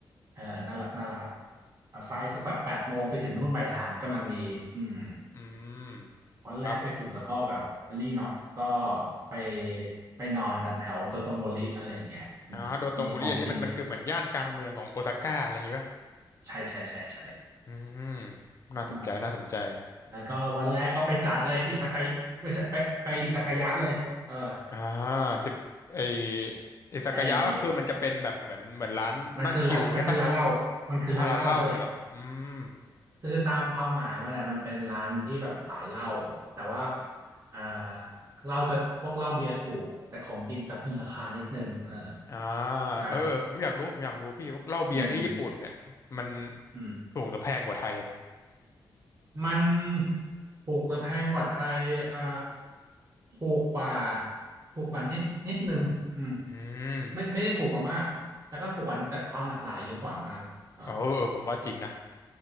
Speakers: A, on the right; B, on the left.
A: เออน่ารักน่ารักอ่ะไฟล์สักแบบแปดโมงไปถึงนู่นบ่ายสามกำลังดีอืม
B: อืม
A: วันแรกไปถึงแล้วก็แบบอันนี้เนาะก็
B: ครับผม
A: ไปไปนอนกันแถวโดโตโมริอะไรอย่างเงี้ยอืมมีของกินเยอะ
B: อ่าโดโตงบุรีอันนี้มันมันคือเหมือนย่านกลางเมืองของโอซาก้าอะไรอย่างงี้ป่ะ
A: ใช่ใช่ใช่ใช่
B: อืมน่าสนใจน่าสนใจ
A: อ่าแล้วก็วันแรกก็ไปจัดเลยอิซากายะไม่ใช่ไปไปอิซากายะเลยเออ
B: อ่าสิบไอไอซากายะก็คือมันจะเป็นแบบเหมือนเหมือนร้านนั่งชิลใช่ป่ะ
A: ไอ้มันคือร้านมันคือร้านเหล้ามันคือร้านเหล้านั่นแหละ
B: อ่าร้านเหล้าเลยเหรออืม
A: คือตามความหมายมันอ่ะมันเป็นร้านที่แบบขายเหล้าแต่ว่าอ่าเหล้าจะพวกเหล้าเบียร์ถูกแต่ของกินจะมีราคานิดนึงเออ
B: อ่า
A: ครับ
B: เออเออผมอยากรู้ผมอยากรู้พี่ว่าเหล้าเบียร์ที่ญี่ปุ่นเนี่ยมัน
A: อืมอืมอืม
B: ถูกหรือแพงกว่าไทย
A: มันถูกหรือแพงกว่าไทยอ่าถูกกว่าถูกกว่านิดนิดนึงอืม
B: อืม
A: ไม่ไม่ได้ถูกกว่ามากแต่ก็ถูกกว่าแต่ความหลากหลายเยอะกว่ามากอ่า
B: เออเออผมว่าจริงนะ